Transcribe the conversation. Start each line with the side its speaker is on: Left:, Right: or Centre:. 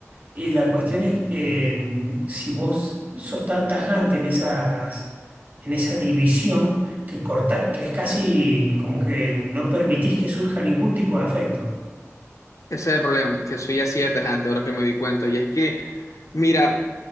Right: Y la cuestión es eh, si vos sos tan tajante en esas, en esa división que corta, que es casi como que no permitís que surja ningún tipo de afecto.
Left: ese es el problema, que soy así de tajante ahora que me di cuenta y es que... Mira,